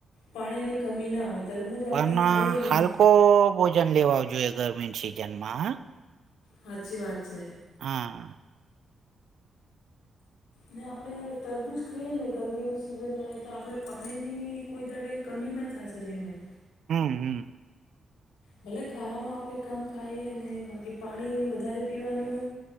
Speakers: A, on the left; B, on the right.
A: પાણીની કમી ના આવે તરબૂજ આપણે
B: પણ
A: ખાઈએ ને
B: હાલ કો ભોજન લેવાવ જોઈએ ગરમી સિઝન માં હ.
A: હાચી વાત છે.
B: હા
A: ને આપણે તરબુજ ખાઈએ ને ગરમીની સિઝને તો આપણે પાણીની કોઈ દાડે કમી ના થાય શરીર મે.
B: હમ હમ
A: ભલે ખાવાનું આપે કમ ખાઈએ ને બાકી પાણી વધારે પીવાનું.